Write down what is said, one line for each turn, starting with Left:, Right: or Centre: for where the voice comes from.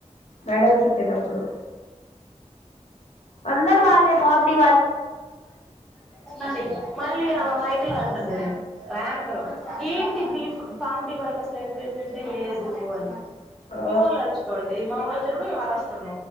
Left: మెడల్స్ ఇచ్చేటప్పుడు. కొరండి
Centre: ఉన్నాది మళ్ ఆమె మైకుల్ అంటుంది ర్యాంకరు ఏంటి దీఫ్ పామిడి వాలకసల్ ట్రీట్మెంటె లేదు అని
Left: ఆ
Centre: మీవొల్ అర్చుకొండి మా వొల్ తిరుడు ఈ వారోస్త